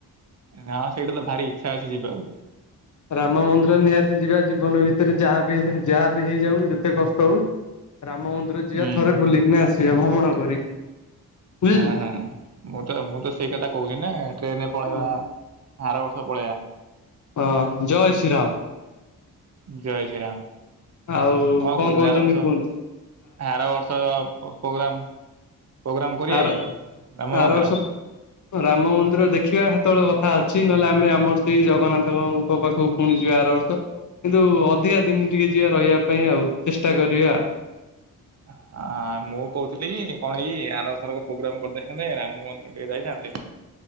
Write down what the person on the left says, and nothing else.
ରାମ ମନ୍ଦିର ନିହାତି ଯିବା, ଜୀବନ ଭିତରେ ଯାହା ବି ହେଲେ ଯାହା ବି ହେଇଯାଉ ଯେତେ କଷ୍ଟ ହଉ। ରାମ ମନ୍ଦିର ଯିବା
ଥରେ ବୁଲିକିନା ଆସିବା ଭ୍ରମଣ କରି। ବୁଝିଲେ।
ହଁ।
ହଁ ଜୟ ଶ୍ରୀ ରାମ।
ଆଉ
କହୁଛନ୍ତି
କୁହନ୍ତୁ?
ଆର
ଆର
ବର୍ଷ ରାମ ମନ୍ଦିର ଦେଖିବା ସେତେବେଳେ କଥା ଅଛି, ନହେଲେ ଆମେ ଆମର ସେଇ ଜଗନ୍ନାଥଙ୍କ ପାଖକୁ ପୁଣି ଯିବା ଆର ବର୍ଷ, କିନ୍ତୁ ଅଧିକା ଦିନ ଟିକେ ଯିବା ରହିବା ପାଇଁ ଆଉ ଚେଷ୍ଟା କରିବା।